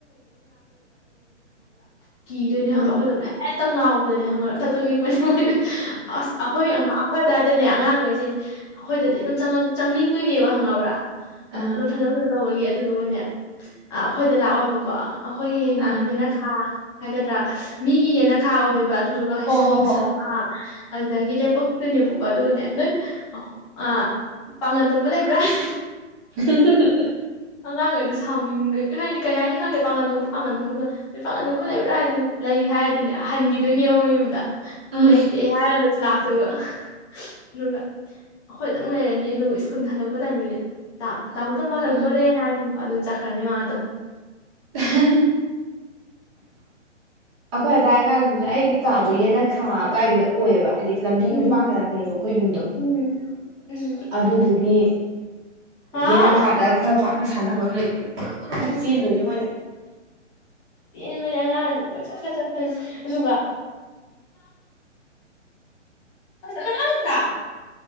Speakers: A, on the left (about 25°); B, on the right (about 25°).
A: ꯀꯤꯔꯣꯏꯅꯦ ꯍꯕ
B: ꯑꯥ
A: ꯑꯩꯈꯣꯏꯗꯧꯕ ꯈꯤꯇ ꯂꯥꯎꯕꯅꯦ ꯍꯪꯉꯒ ꯊꯛ ꯊꯛꯅꯤꯛꯄꯅꯤ ꯑꯁ ꯑꯩꯈꯣꯏ ꯑꯩꯈꯣꯏ ꯑꯗꯨꯋꯥꯏꯗ ꯅ ꯑꯉꯥꯡꯈꯩꯁꯦ ꯑꯩꯈꯣꯏꯗꯗꯤ ꯑꯗꯨꯝ ꯆꯪꯅꯤꯡꯗꯣꯏꯅꯦꯕ ꯍꯪꯉꯕ꯭ꯔꯥ
B: ꯑꯥ
A: ꯑꯣ ꯐꯖ ꯇꯧꯕꯒꯤ ꯑꯗꯨꯗꯨꯅꯦ ꯑꯩꯈꯣꯏꯗ ꯂꯥꯛꯑꯣꯏꯕꯀꯣ ꯑꯩꯈꯣꯏꯒꯤꯅ
B: ꯑꯥ
A: ꯌꯦꯅꯈꯥ ꯍꯥꯏꯒꯗ꯭ꯔꯥ ꯃꯤꯒꯤ ꯌꯦꯟꯅ ꯈꯥꯛꯎꯗꯣꯏ ꯕ ꯑꯗꯨꯗꯨꯒ
B: ꯍꯣ
A: ꯁ
B: ꯍꯣ
A: ꯍꯤꯡꯁꯥ
B: ꯍꯣ
A: ꯑꯗꯨꯗꯒꯤꯅꯦ ꯄꯛꯛꯇꯅꯦꯕꯀꯣ ꯑꯗꯨꯒꯅꯦ ꯅꯣꯏ ꯑ ꯑ ꯄꯥꯒꯟ ꯇꯨꯝꯕ ꯂꯩꯕ꯭ꯔꯥ ꯍꯥꯏ
B: <unintelligible>
A: ꯑꯉꯥꯡꯈꯩꯗ ꯁꯥꯎꯅꯤꯡꯈꯩ ꯍꯥꯏꯗꯤ ꯀꯩ ꯍꯥꯏꯅꯤ ꯈꯪꯗꯦ ꯄꯥꯡꯒꯟꯗꯣꯝ ꯄꯥꯡꯒꯟꯗꯣꯝꯕꯅꯣ ꯅꯣꯏ ꯄꯥꯒꯟꯗꯣꯝ ꯂꯩꯕ꯭ꯔꯥ ꯍꯥꯏꯗꯨꯅꯦ ꯂꯩꯔꯤ ꯍꯥꯏꯔꯗꯤꯅꯦ ꯍꯟꯈꯤꯗꯣꯏꯅꯦꯕ ꯃꯌꯨꯝꯗ
B: ꯎꯝ
A: ꯂꯩꯇꯦ ꯍꯥꯏꯔ ꯆꯅꯥꯥꯛꯇꯣꯏꯕ ꯅꯅꯨꯡꯒ ꯑꯩꯈꯣꯏ ꯑꯗꯨꯝ ꯂꯩꯔꯅꯤ ꯑꯗꯨꯒ ꯁ꯭ꯀꯨꯜ ꯍꯜꯂꯛꯄ ꯇꯥꯏꯃꯤꯡꯗ ꯇꯥꯃꯣ ꯊꯜ
B: ꯎꯝ
A: ꯇꯣꯔꯦ ꯍꯥꯏꯅꯤ ꯑꯗꯨ ꯆꯠꯈ꯭ꯔꯅꯤ ꯃꯥꯗꯣ
B: <unintelligible> ꯑꯩꯈꯣꯏ ꯑꯗꯥꯏ ꯑꯉꯥꯡꯗ ꯑꯩꯒꯤ ꯀꯥꯗꯣ ꯌꯦꯟꯅꯈꯥ ꯑꯋꯥꯏꯗꯣ ꯑꯣꯏꯑꯕ ꯍꯥꯏꯗꯤ ꯂꯝꯕꯤꯒ
A: ꯎꯝ
B: ꯄꯥꯡꯒ ꯅꯛꯅꯩꯌꯦꯕ ꯑꯩꯈꯣꯏ ꯌꯨꯝꯗꯣ
A: ꯎꯝ ꯎꯝ
B: ꯑꯗꯨꯗꯨ ꯍ
A: ꯍꯥꯎ
B: ꯌꯦꯅ ꯈꯥꯗ ꯈꯔ ꯄꯥꯛꯅ ꯁꯥꯟꯅꯕꯝꯂꯩ <unintelligible>
A: ꯎꯝ
B: ꯆꯦꯟꯗꯣꯏꯅꯦ ꯃꯣꯏꯅ
A: ꯃꯣꯏꯗꯤ ꯑꯉꯥꯡꯅꯤ ꯀꯣꯏꯆꯠꯀ ꯆꯠꯇꯣꯏꯅꯤ ꯑꯗꯨꯒ <unintelligible>